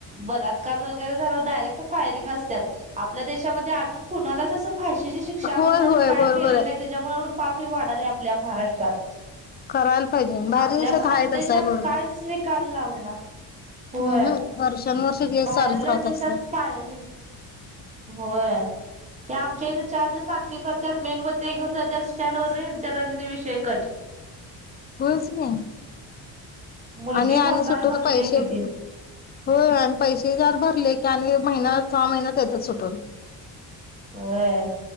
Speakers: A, on the right; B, on the left.
A: बलात्कार वैगेरे झाला. तर डायरेक्ट फायरिंग असत्यात. आपल्या देशामध्ये ते अजून कुणालाच अस फाशीची शिक्षा
B: होय
A: म्हणाल्या
B: होय
A: जर काय
B: बरोबर
A: केलेलं
B: आहे.
A: नाही. त्याच्यामुळे एवढं पापी वाढाले आपल्या महाराष्ट्रात, <inaudible>
B: करायला पाहिजे बाहेर
A: आपल्या
B: देशात
A: भारत
B: आहे
A: देशात
B: तसं आहे बरोबर
A: कायच निकाल लावना <inaudible> होय
B: हम् हम
A: <inaudible>
B: वर्षानुवर्ष केस
A: बाहेरल्या
B: चालूच राहत
A: देशात
B: असत
A: फायरिंग, <inaudible> होय.. आमच्या इथे चार दिवस नाटके करतात. मेणबत्त्या घेऊन जातात स्टँड वर. झाल त्या नंतर विषय कट.
B: होयच ना.
A: मुलगी
B: आणि आणि
A: मरणारी
B: सुटून
A: मरतेय
B: पैसे.
A: किती
B: हो आणि पैसे फार भरलेत. आणि महिना सहा-महिन्यात येत्यात सुटून.
A: व्हय